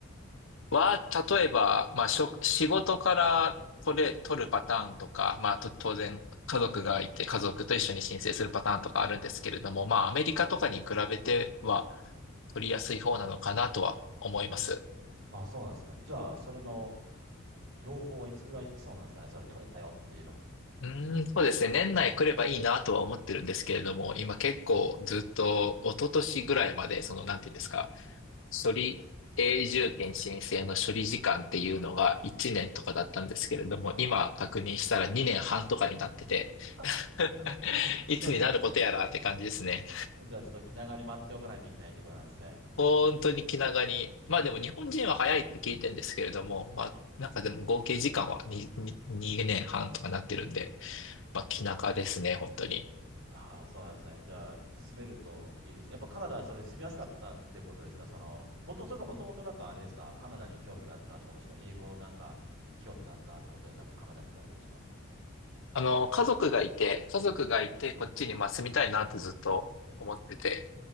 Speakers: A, on the left; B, on the right.
A: は、例えば、まあ、しょ、仕事から取れ、取るパターンとか、まあ、と、
B: うん。
A: 当然、家族がいて、家族と一緒に申請するパターンとかあるんですけれども、
B: うん。
A: まあ、アメリカとかに比べては、取りやすい方なのかなとは思います。
B: ああ、そうなんですね。じゃあ、それの、朗報はいつぐらい来そうなんですかねそれ取れたよっていうのは。
A: うーん、そうですね。年内来ればいいなとは思ってるんですけれども、
B: うー
A: 今結構ずっと、
B: ん。
A: 一昨年ぐらいまで、その、なんていうんですか、処理永住権申請の処理時間っていうのが1年とかだったんですけれども、
B: ああ、
A: 今確認したら2年半とかになってて、
B: す <laughs>
A: <laughs> いつになることやらって感じですね。
B: すいません。じゃあちょっと気長に待っておかないといけないということなんですね。
A: 本当に気長に。まあでも日本人は早いって聞いてるんですけれども、まあなんかでも合計時間は2、に年半とかなってるんで、まあ気長ですね、本当に。
B: ああ、そうなんですね。じゃあ、住めるといいですね。やっぱカナダはそれ住みやすかったってことですかその、もと、それかもともとなんかあれですかカナダに興味があったとか、もしくは英語なんか興味があったってことで、なんかカナダに行かれたんですか
A: あの、家族がいて、家族がいて、こっちにまあ住みたいなってずっと思ってて、